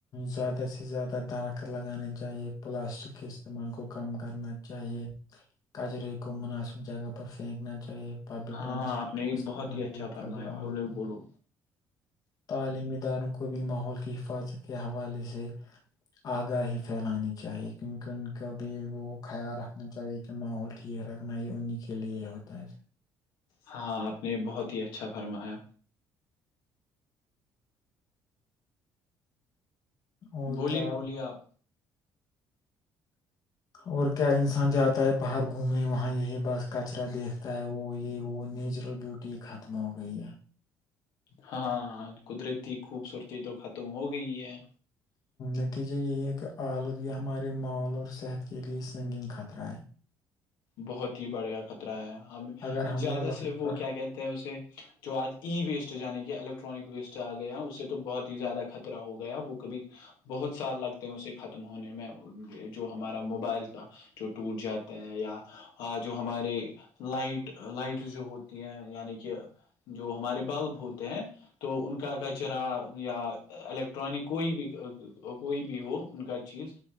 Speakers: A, on the left; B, on the left.
A: زیادہ سے زیادہ درخت لگانے چاہیے پلاسٹک کے استعمال کو کم کرنا چاہیے کچرے کو مناسب جگہ پر پھینکنا چاہیے پبلک
B: ہاں
A: ٹرانسپورٹ
B: آپ نے
A: کا استعمال
B: بہت ہی اچھا
A: بھی
B: فرمایا
A: فضلودگی
B: بولو بولو
A: تعلیمی اداروں کو کو بھی ماحول کی حفاظت کے حوالے سے آگاہی پھیلانی چاہیے کیونکہ ان کا بھی وہ خیال رکھنا چاہیے کہ ماحول ٹھیک رکھنا یہ انہی کے لیے ہوتا ہے
B: ہاں آپ نے بہت ہی اچھا فرمایا
A: اور
B: بولیے
A: کیا
B: بولیے آپ
A: اور کیا انسان جاتا ہے باہر گھومے وہاں یہی بس کچرا دیکھتا ہے وہ یہ وہ نیچرل بیوٹی ختم ہو گئی ہے
B: ہاں قدرتی خوبصورتی تو ختم ہو گئی ہے
A: نتیجہ یہی ہے آلودگی ہمارے ماحول اور صحت کے لیے سنگین خطرہ ہے
B: بہت ہی بڑھیا خطرہ ہے ہم
A: اگر ہم
B: زیادہ
A: نے وقت
B: سے وہ
A: پر
B: کیا کہتے ہیں اسے جو آج ای ویسٹ ہو جانے کی الگ الیکٹرانک ویسٹ آ گیا اس سے تو بہت ہی زیادہ خطرہ ہو گیا وہ کبھی بہت سال لگتے ہیں اسے ختم ہونے میں جو ہمارا موبائل کا جو ٹوٹ جاتا ہے یا جو ہمارے لائٹ لائٹ جو ہوتی ہیں یعنی کہ جو ہمارے بلب ہوتے ہیں تو ان کا کچرا یا الیکٹرانک کوئی بھی کوئی بھی ہو ان کا چیز